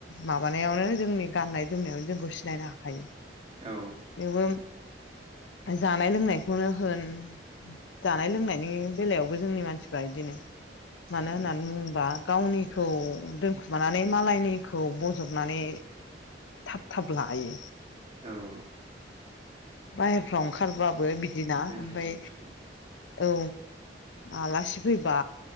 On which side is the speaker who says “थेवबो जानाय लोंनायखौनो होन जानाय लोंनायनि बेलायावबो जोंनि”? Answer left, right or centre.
Left